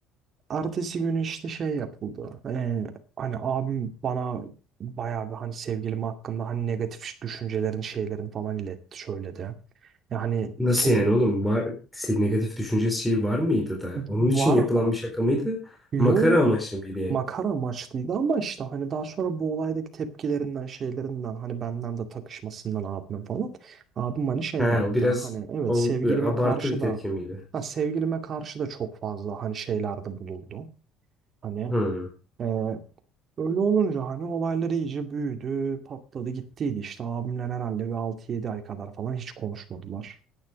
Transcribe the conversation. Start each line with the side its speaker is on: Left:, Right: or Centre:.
Right: Ertesi günü işte şey yapıldı. E, hani abim bana bayağı bir hani sevgilim hakkında hani negatif düşüncelerini şeylerini falan iletti söyledi. Yani
Centre: Nasıl
Right: sev
Centre: yani oğlum? Var, senin negatif düşünce şeyi var mıydı da? Onun
Right: var.
Centre: için yapılan bir şaka mıydı?
Right: Yo
Centre: Makara amaçlı mıydı yani?
Right: makara amaçlıydı ama işte hani daha sonra bu olaydaki tepkilerinden şeylerinden hani benden de takışmasından abime falan abim hani şey
Centre: Ha,
Right: yaptı
Centre: o biraz
Right: hani evet
Centre: o,
Right: sevgilime
Centre: e, abartı
Right: karşı
Centre: bir tepki
Right: da
Centre: miydi?
Right: ha, sevgilime karşı da çok fazla hani şeylerde bulundu hani
Centre: Hmm.
Right: e, öyle olunca hani olaylar iyice büyüdü patladı gittiydi işte abimle herhalde bir 6-7 ay kadar falan hiç konuşmadılar